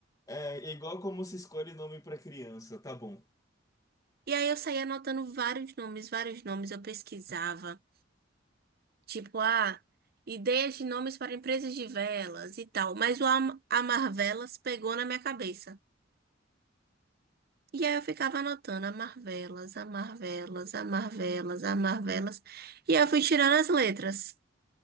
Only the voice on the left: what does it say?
É, é igual como se escolhe nome pra criança, tá bom.